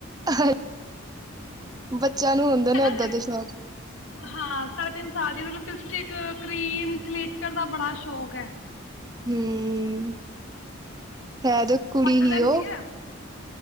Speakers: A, on the right (about 20°); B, on the left (about 75°).
A: ਹ। ਬੱ ਚਿਆਂ ਨੂੰ ਹੁੰਦੇ ਨੇ,
B: ਹੈ ਨਾ
A: ਏਦਾਂ
B: ਜੀ
A: ਦੇ ਸ਼ੌਕ।
B: ਹਾਂ ਸਾਢੇ-ਤਿੰਨ ਸਾਲ ਦੀ ਏ, ਲਿਪਸਟਿਕ, ਕਰੀਮ ਕਲਚਰ ਦਾ ਬੜਾ ਸ਼ੌਕ ਹੈ।
A: ਹੂੰ। ਹੈ ਤੇ ਕੁੜੀ
B: ਫੱਟ
A: ਹੀ
B: ਲੈਂਦੀ
A: ਉਹ
B: ਹੈ